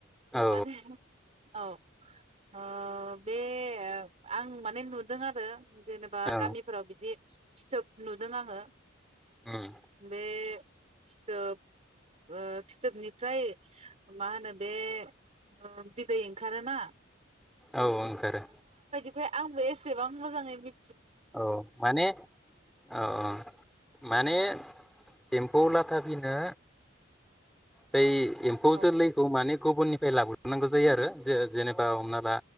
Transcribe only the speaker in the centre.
औ
औ
उम
औ ओंखारो।
औ माने औ औ माने एमफौ लाथा थाबैनो बै एम्फौ
जोलैखौ माने गुबुननिफ्राय लाबोजोबनांगौ जायो आरो जे जेनेबा हमना ला